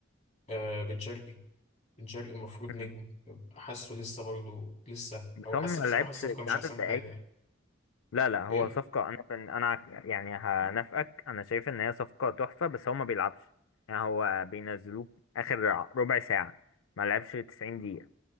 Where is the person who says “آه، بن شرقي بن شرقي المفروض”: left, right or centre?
Left